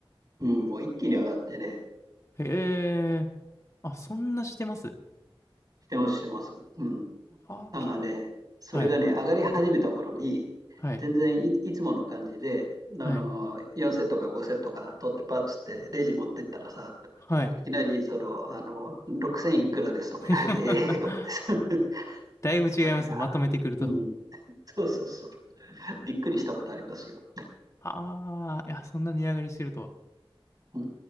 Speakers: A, on the right; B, on the left.
A: うん、もう一気に上がってね、
B: へえ。あ、そんなしてます。
A: してます、してます。うん。
B: はーけー。
A: なんかね、それがね、
B: はい、
A: 上がり始めた頃に、
B: はい、
A: 全然い、いつもの感じで、あの、
B: はい、
A: 4セットか5セットか取ってパッつってレジ持ってったらさ、
B: はい。
A: いきなり、その、あの、6000いくらですとか言われて、
B: <laughs>
A: ええーとか言ってさ、<laughs> 言っ
B: だいぶ違いますね。
A: たら、いや、
B: まとめてくると。
A: うん、そうそうそう、びっくりしたことありますよ。
B: ああ、いや、そんな値上がりしてるとは。
A: うん